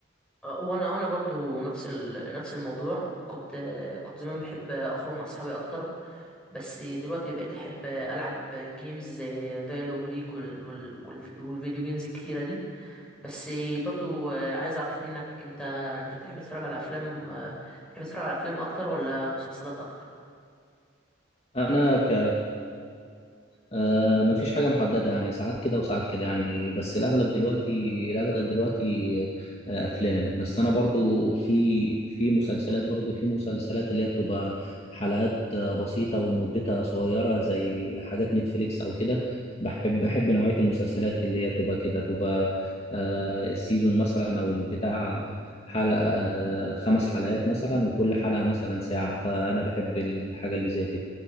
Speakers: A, in the centre; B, on the left.
A: أه، وانا وانا برضو نفس ال... نفس الموضوع كنت كنت زمان بحب اخرج مع اصحابي اكتر بس دلوقتي بقيت احب العب جيمز زي فالو وليج وال... وال... والف- والفيديو جيمز الكتيره دي بس برضو أه، عايز اعرف منك انت انت بتحب تتفرج على افلام أه، بتحب تتفرج على افلام اكتر ولا مسلسلات اكتر
B: انا ك آه ما فيش حاجه محدده يعني ساعات كده وساعات كده يعني بس الاغلب دلوقتي الاغلب دلوقتي آه افلام بس انا برضو في في مسلسلات برضو في مسلسلات اللي هي بتبقى حلقات آه، بسيطه ومدتها صغيره زي حاجات نتفليكس او كده بحب بحب نوعيه المسلسلات اللي هي تبقى كده تبقى آه السيزون مثلا او البتاع حلقه آه خمس حلقات مثلا وكل حلقه مثلا ساعه فانا بحب الحاجه اللي زي كده